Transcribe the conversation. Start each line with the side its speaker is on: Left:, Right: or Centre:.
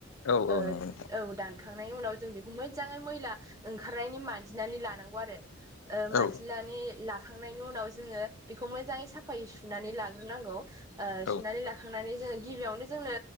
Left: औ
Right: ओ
Left: औ नंगौ नोंथां
Right: औ दान खांनायनि उनाव जों बेखौ मोज्जाङै मैला ओंखारनायनि मानजिनानै लानांगौ आरो। ओ मानजिलानै
Left: औ
Right: लाखांनायनि उनाव जोङो बेखौ मोजाङै साफायै सुनानै लाग नांगौ ओ सुनानै
Left: औ
Right: लाखांनानै जोङो गिबियावनो जोंनो